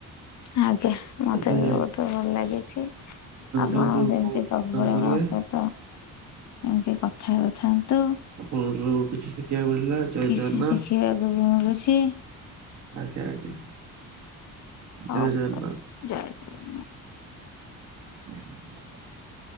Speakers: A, on the left; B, on the right.
A: ଆଜ୍ଞା ମତେ
B: ଏବେ
A: ବି ବହୁତ ଭଲ ଲାଗିଛି। ଆପଣ
B: ଯାଆନ୍ତୁ
A: ଯେମିତି
B: କଣ
A: ସବୁବେଳେ
B: କାମ କରିବେ।
A: ମ ସହିତ ଏମିତି କଥା ହେଉଥାନ୍ତୁ।
B: ଆପଣଙ୍କଠୁ କିଛି ଶିଖିବାକୁ ମିଳିଲା। ଜୟ
A: କିଛି
B: ଜଗନ୍ନାଥ
A: ଶିଖିବାକୁ ବି ମିଳୁଛି।
B: ଆଜ୍ଞା ଆଜ୍ଞା
A: ହଉ
B: ଜୟ ଜଗନ୍ନାଥ।
A: ଜୟ ଜଗନ୍ନାଥ।
B: ହ